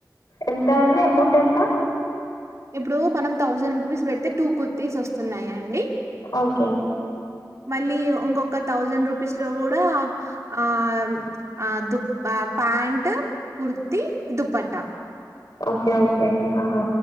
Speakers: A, on the left (about 55°); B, on the right (about 45°).
A: ఎంత అండి అమౌంట్ ఎంత?
B: ఇప్పుడు మనం థౌసండ్ రూపీస్ పెడితే టూ కుర్తీస్ వస్తున్నాయా అండి.
A: ఓకే
B: మళ్ళీ ఇంకొక థౌజండ్ రూపీస్ లో కూడా ఆ ఆ దుప్ ఆ pant kurti dupatta
A: okay okay ఆహా